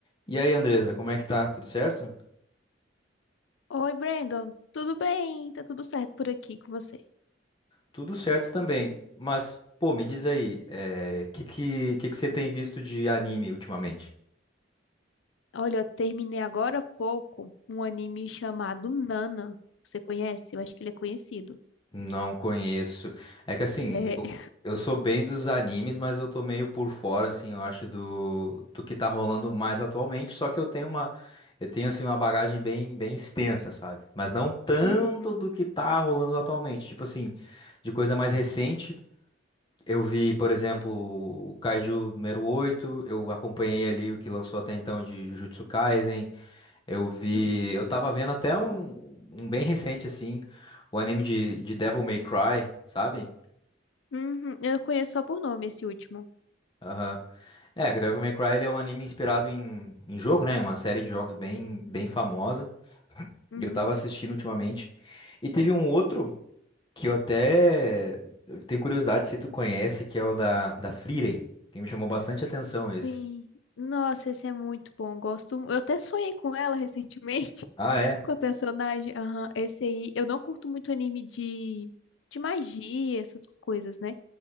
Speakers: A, on the left (about 25°); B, on the left (about 85°).
A: E aí, Andresa, como é que tá? Tudo certo?
B: Oi, Brandon. Tudo bem? Tá tudo certo por aqui com você?
A: Tudo certo também. Mas, pô, me diz aí, o que, que, que que você tem visto de anime ultimamente?
B: Olha, eu terminei agora há pouco um anime chamado Nana. Você conhece? Eu acho que ele é conhecido.
A: Não conheço. É que assim,
B: Sério?
A: eu, eu sou bem dos animes, mas eu tô meio por fora, assim, eu acho, do, do que tá rolando mais atualmente. Só que eu tenho uma, eu tenho, assim, uma bagagem bem, bem extensa, sabe? Mas não tanto
B: Uhum,
A: do que tá rolando atualmente. Tipo assim, de coisa mais recente. Eu vi, por exemplo, o Kaiju número oito. eu acompanhei ali o que lançou até então de Jujutsu Kaisen. Eu vi,
B: uhum,
A: eu tava vendo até um, um bem recente assim, o anime de, de Devil May Cry, sabe?
B: uhum. Eu conheço só por nome esse último.
A: Aham. É, o Devil May Cry ele é um anime inspirado em, em jogo, né? Uma série de jogos bem, bem famosa.
B: Uhum.
A: E Eu tava assistindo ultimamente. E teve um outro que eu até tenho curiosidade se tu conhece, que é o da, da Frieren, que me chamou bastante atenção
B: Sim.
A: esse.
B: Nossa, esse é muito bom. Gosto. Eu até sonhei com ela recentemente,
A: Ah, é?
B: <laughs> com a personagem. Aham, Esse aí, eu não curto muito anime de de magia, essas coisas, né?